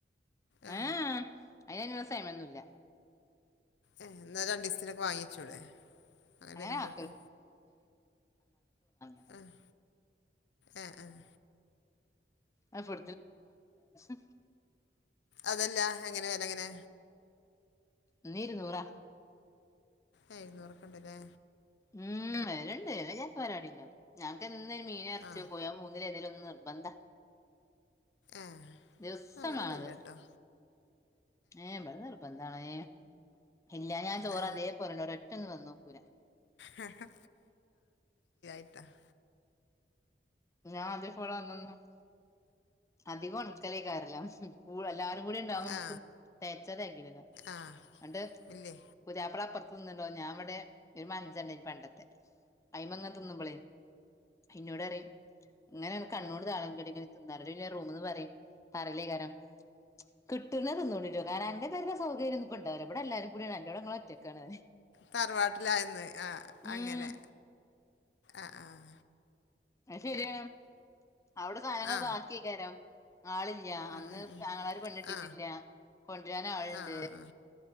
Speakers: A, on the left; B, on the left.
A: ഏഹ്
B: ആഹ് അതിനങ്ങനുള്ള സമെന്നുല്ല
A: ഏഹ് എന്നാ രണ്ട് ദിവസത്തിനൊക്കെ വാങ്ങിച്ചൂടെ അങ്ങനെ
B: ഏഹ്
A: വരുമ്പോക്കെ
B: <unintelligible>
A: ഏഹ് ഏഹ് ആഹ്
B: ആഹ് <unintelligible>
A: അതല്ല അങ്ങനെ വര എങ്ങനെ
B: ന്നി ഇരുന്നൂറാ
A: ഏഹ് <unintelligible> റക്കണ്ടല്ലേ
B: ഉം <unintelligible> പരിപാടിണ്ടോ ഞങ്ങക്ക് എന്നും ഈ മീനും എറച്ചി
A: ആഹ്
B: ഒക്കെയാ ഞങ്ങക്ക് മൂന്നിലെ ഏതേലും ഒന്ന് നിർബന്ധ
A: ഏഹ്
B: ദിവസമാണത്
A: അങ്ങനൊന്നുല്ലട്ടോ
B: ഏഹ് ഇവിട നിർ ബന്താണ്‌ ഏഹ് ഇല്ലെ ഞാൻ ചോറ്
A: ആ
B: അതേ പോലണ്ട് ഒരൊറ്റ ഒന്ന് വന്ന് നോക്കൂല
A: ഇപ്പ <unintelligible>
B: ഞാൻ ആദ്യം <unintelligible> അധിക ഒണക്കലീ ഈ കാരലോ എല്ലാരും കൂടി ഉണ്ടാകുമ്പോ നമുക്ക്
A: ആ
B: <unintelligible>
A: ആ
B: അന്നിട്ട്
A: ഇല്ലേ
B: പുതിയാപ്പിള അപ്പുറത്ത് നിന്നണ്ടോ ഞാൻ ഇവിടെ ഒരു മഞ്ചെണ്ടേ പണ്ട ത്തെ അയിമങ്ങ തിന്ന്മ്പളെ അയിനോട് ഒരു ഇങ്ങനെ കണ്ണോട് താളൻ കേട്ട ഇങ്ങനെ തിന്നാ റൂമന്ന് പറയും പറയില്ലേ കാരം കിട്ടുന്നതിന്നോളീം കേട്ടോ കാരണം എന്റെ പെരേടെ സൗകര്യം ഇപ്പ ഇണ്ടാവില്ല ഇവടെ എല്ലാവരും കൂടിയാണ് എന്റെവിടെ ഞങ്ങള് ഒറ്റക്കാണ്
A: തറവാട്ടിലായിന്ന് ആഹ്
B: ഉം
A: അങ്ങനെ ആഹ് ആഹ്
B: അത് ശരിയാ അവിടെ സാധനങ്ങള്
A: ആ
B: ബാക്കി <unintelligible> ആളില്ല
A: ഉം
B: അന്ന്
A: ഉം ഉം
B: ആങ്ങളാര് പെണ്ണ്കെട്ടിട്ടില്ല
A: ആ
B: കൊണ്ടുവരാൻ ആളണ്ട്
A: ആ ആ ആ